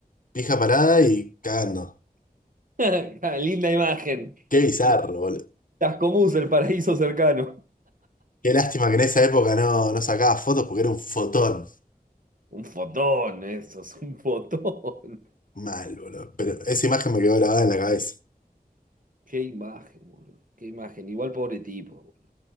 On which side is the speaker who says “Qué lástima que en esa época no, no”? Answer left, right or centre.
Left